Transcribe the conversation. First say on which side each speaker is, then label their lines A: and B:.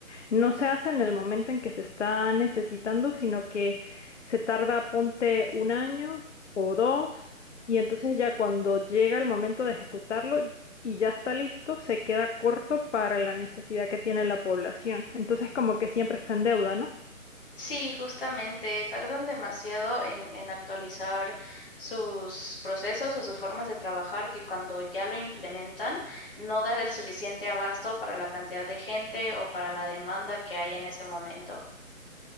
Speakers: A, on the left; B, on the left.
A: no se hace en el momento en que se está necesitando, sino que se tarda, ponte, un año o dos. Y entonces ya cuando llega el momento de ejecutarlo, y ya está listo, se queda corto para la necesidad que tiene la población. Entonces, como que siempre está en deuda, ¿no?
B: Sí, justamente, tardan demasiado en, en actualizar sus procesos o sus formas de trabajar que cuando ya lo implementan no da el suficiente abasto para la cantidad de gente o para la demanda que hay en ese momento.